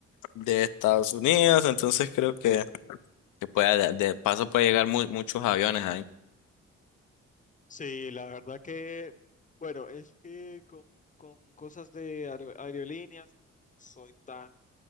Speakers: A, on the left; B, on the left.
A: de Estados Unidos, entonces creo que, que puede, de de paso puede llegar mu- muchos aviones ahí.
B: Sí, la verdad que, bueno, es que con, con cosas de aer- aerolíneas no soy tan